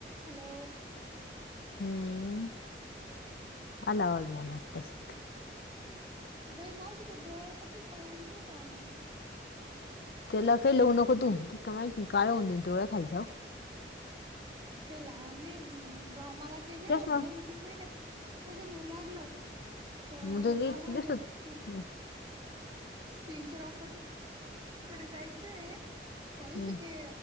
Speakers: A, on the right; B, on the left.
A: Hello
B: हम्म, आला आवाज मला अतासिक.
A: बई मावशी त्या डोळ्याचं काही कळाल नाही राहू आम्हला.
B: त्याला काही लवू नको तू, ते काय ते काळ होऊन जाईल डोळ्या खालच.
A: काही लहान नाही, मला ते ना
B: चष्मा
A: दोन तीन महिन पासून येऊ लागलं. तर,
B: मग तो नीट
A: मला
B: दिसतो हम्म,
A: स्कीम. स्किनच्या डॉक्टर कडे, जायचंय त्या दिवशी
B: हम्म.
A: ते.